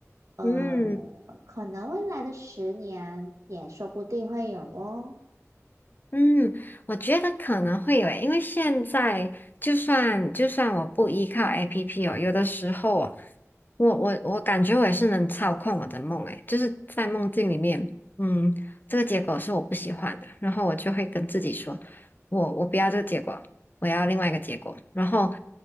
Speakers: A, on the right; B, on the left.
A: 嗯，
B: 嗯。
A: 可能未来的十年也说不定会有哦。
B: 嗯，我觉得可能会有诶，因为现在就算就算我不依靠 APP 哦，有的时候哦，我我我感觉我也是能操控我的梦诶，就是在梦境里面，嗯，这个结果是我不喜欢的，然后我就会跟自己说，我我不要这个结果，我要另外一个结果，然后